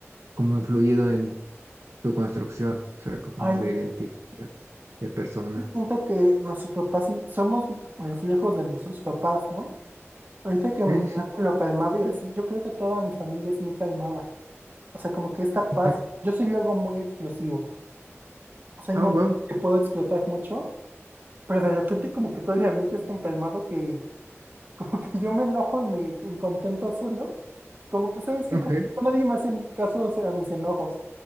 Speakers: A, on the right; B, on the right.
A: como influido en tu construcción, o sea, como
B: Ay,
A: de identidad de persona?
B: Siento que nuestros papás sí somos reflejos de nuestros papás, ¿no? Ahorita que
A: Sí,
B: mencionaste
A: sí, sí.
B: lo calmado y así, yo creo que toda mi familia es muy calmada. O sea, como que esta paz,
A: ok.
B: yo soy luego muy explosivo. O sea, hay
A: Oh,
B: momentos
A: wow.
B: que puedo explotar mucho, pero de repente como que todo el ambiente es tan calmado que <laughs> como que yo me enojo y me incontento solo. Como que, ¿sabes qué?
A: Ok,
B: Como que nadie me hace caso o sea, a mis enojos.